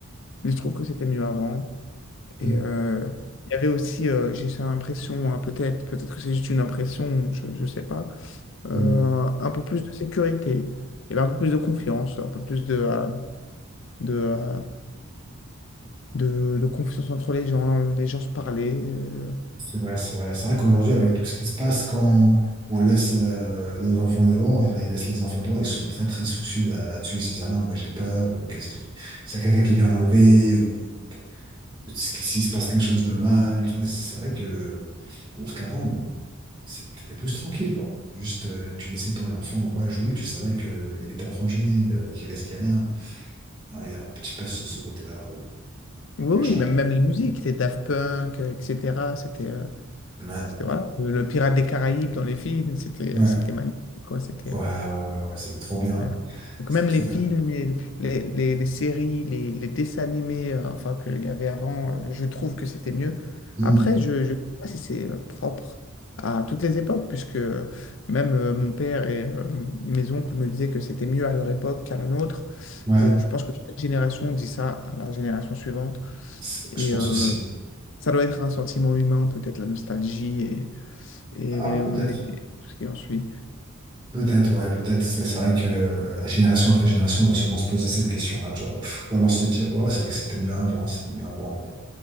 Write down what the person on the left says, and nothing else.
mais je trouve que c'était mieux avant. Et
euh, il y avait aussi, euh, j'ai cette impression, hein, peut-être, peut-être que c'est juste une impression, je ne sais pas, euh,
un peu plus de sécurité, il y avait un peu plus de confiance, un peu plus de, euh, de, euh, de, de confiance entre les gens, euh, les gens se parlaient. euh.
Oui,
oui,
même, même les musiques, les Daft Punk, euh, etc. C'était, euh,
c'était voilà, le le Pirate des Caraïbes dans les films, c'était,
c'était magnifique, quoi. C'était,
euh,
Ouais. Donc
même
les films,
et les, les, les séries, les, les dessins animés, euh, enfin qu'il y avait avant, euh, je trouve que c'était mieux.
Après, je ne sais pas si c'est euh, propre à toutes les époques, puisque euh, même euh, mon père et, euh, et mes oncles me disaient que c'était mieux à leur époque qu'à la nôtre.
Et euh, je pense que chaque génération dit ça à la génération suivante.
Et
euh,
ça doit être un sentiment humain, peut-être la nostalgie et, et
les
mémoires et tout ce qui en suit.